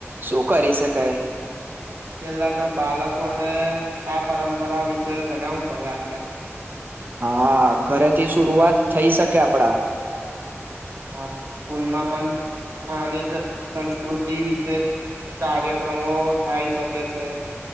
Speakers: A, on the right; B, on the right.
A: શું કરી શકાય
B: પેલા તો બાલકોને આ પરંપરા વિશે જણાવવું પડે આપણેે
A: હા ઘરેથી શુરુઆત થઈ શકે આપડા
B: હા સ્કૂલમાં પણ સ્થાનિક સંસ્કૃતિ વિશે કાર્યક્રમો થાય શકે છે.